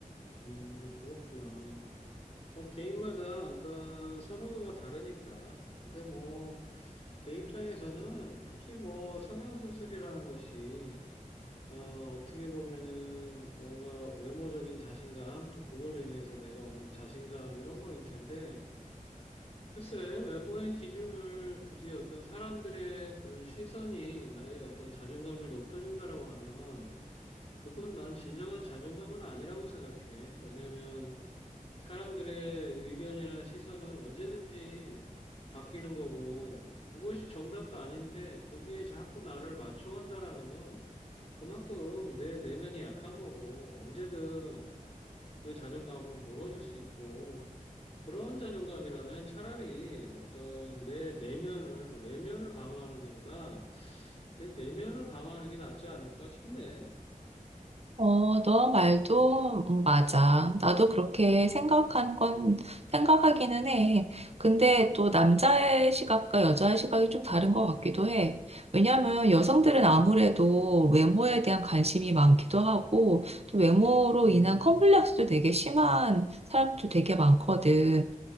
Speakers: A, on the left (about 40°); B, on the right (about 45°).
A: 응, 그렇구나. 뭐 개인마다 어떤 선호도가 다르니까. 근데 뭐 내 입장에서는 굳이 뭐 성형수술이라는 것이 어, 어떻게 보면은 뭔가 외모적인 자신감 또 그걸로 인해서 내가 얻는 자신감 이런 거일 텐데 글쎄 외모의 기준을 굳이 어떤 사람들의 그런 시선이 나의 어떤 자존감을 높여준다라고 하면 그건 난 진정한 자존감은 아니라고 생각해. 왜냐면 사람들의 의견이나 시선은 언제든지 바뀌는 거고, 그것이 정답도 아닌데, 거기에 자꾸 나를 맞춰간다라는 건 그만큼 내 내면이 약한 거고, 언제든 그 자존감은 무너질 수 있고, 그런 자존감이라면 차라리 어떤 내 내면을, 외면을 강화하는 게보다 내 내면을 강화하는 게 낫지 않을까 싶네.
B: 어, 너 말도 음, 맞아. 나도 그렇게 생각한 건 생각하기는 해. 근데 또
A: 음,
B: 남자의 시각과 여자의 시각이 좀 다른 것 같기도 해. 왜냐하면 여성들은
A: 음,
B: 아무래도 외모에 대한 관심이 많기도 하고 또 외모로
A: 음,
B: 인한 컴플렉스도 되게 심한 사람도 되게 많거든.